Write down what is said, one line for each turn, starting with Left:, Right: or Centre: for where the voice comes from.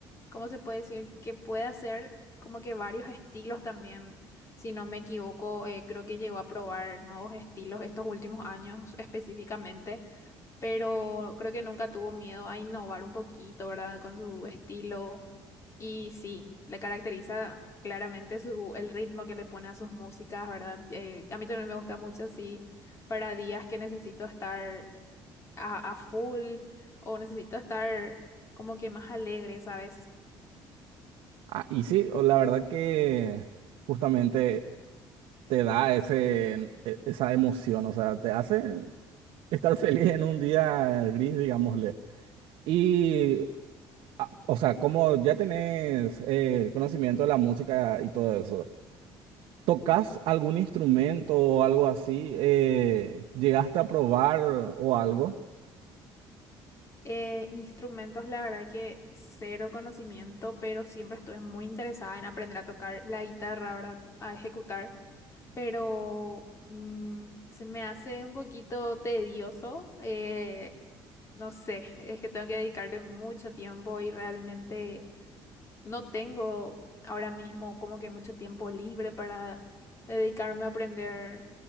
Left: ¿cómo se puede decir? Que puede hacer como que varios estilos también. Si no me equivoco, eh, creo que llegó a probar nuevos estilos estos últimos años específicamente, pero creo que nunca tuvo miedo a innovar un poquito, ¿verdad? Con su estilo. Y sí, le caracteriza claramente su, el ritmo que le pone a sus músicas, ¿verdad? Eh, a mí también me gusta mucho así para días que necesito estar a, a full o necesito estar como que más alegre, ¿sabes?
Right: Ah, y sí, o la verdad que justamente te da ese, e- esa emoción, o sea, te hace estar <laughs> feliz en un día gris, digámosle. Y, ah, o sea, como ya tenés eh, conocimiento de la música y todo eso. ¿Tocas algún instrumento o algo así? Eh, ¿llegaste a probar o algo?
Left: Eh, instrumentos, la verdad que cero conocimiento, pero siempre estuve muy interesada en aprender a tocar la guitarra, ¿verdad? A ejecutar, pero mm, se me hace un poquito tedioso, eh, no sé, es que tengo que dedicarle mucho tiempo y realmente... No tengo ahora mismo como que mucho tiempo libre para dedicarme a aprender